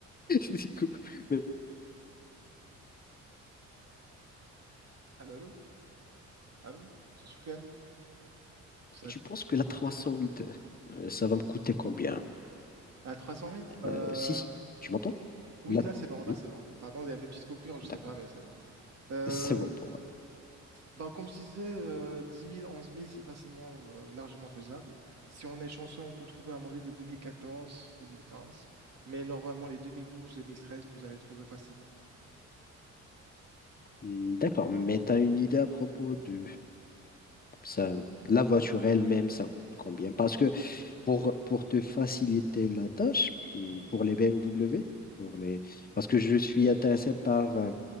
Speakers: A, on the left; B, on the right.
A: Du coup, mais
B: Allô, allô? Allô? J'ai Soufiane? Ça
A: tu
B: coupe
A: penses que la 308, euh, ça va me coûter combien?
B: À 308? Euh...
A: Euh, si, si, tu m'entends?
B: Oui,
A: La...
B: là c'est bon, là
A: Oui,
B: c'est bon. Pardon, il y avait une petite coupure, je
A: d'accord.
B: sais pas, mais c'est bon. Euh,
A: C'est bon pour moi.
B: Bah, comme je disais, euh, 10 000, 11 000, c'est facilement, euh, largement faisable. Si on est chanceux, on peut trouver un modèle de deux deux mille quatorze deux mille quinze mais normalement, les deux deux mille douze deux mille treize vous allez trouver facilement.
A: Hmm, D'accord, mais tu as une idée à propos de ça, la voiture elle-même, ça coûte combien? Parce que Pour, pour te faciliter la tâche, hum,
B: Mhm,
A: pour les BMW, pour les... parce que je suis intéressé par, euh,